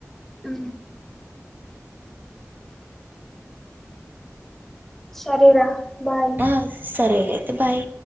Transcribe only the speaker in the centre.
ఉ సరేరా బాయ్.